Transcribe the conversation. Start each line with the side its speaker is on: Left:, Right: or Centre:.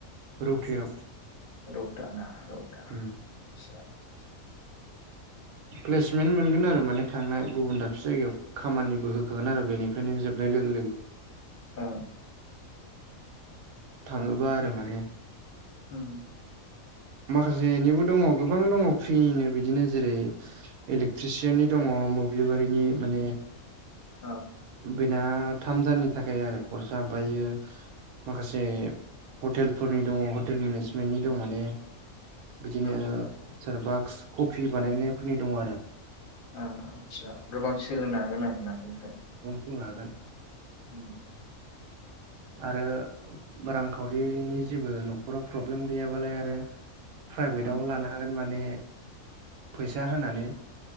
Right: रौथायाव
Left: रौथा ना रौता
Right: उ
Left: आदसा आदसा
Right: प्लेसमेन्ट मोनगोन आरो माने थांनाय गुबुन दाबसे जायगायाव खामानिबो होखागोन आरो बेनिफ्रायनो जोबनाय लोगो लोगो।
Left: ओ
Right: थाङोबा आरो माने।
Left: उ
Right: माखासेनिबो दङ गोबां दङ फ्रिनिनो बिदिनो जेरै इलेक्ट्रिसियाननि दङ मोब्लिबारिनि माने
Left: ओ
Right: बेना थामदाननि थाखाय आरो कर्सा ओमफायो माखासे हटेलफोरनि दङ हटेल मेनेजमेन्टनि दं माने बिदिनो
Left: उम
Right: सार बाक्स कफि बानायनायफोरनि दं आरो।
Left: आस्सा गोबां सोलोंनो हागोन आरोना। स
Right: दुं हागोन।
Left: उ
Right: आरो रांखावरिनि जेबो नखराव प्रब्लेम गैयाबालाय आरो। प्राइभेटाव
Left: ओम
Right: लानो हागोन माने फैसा होनानै।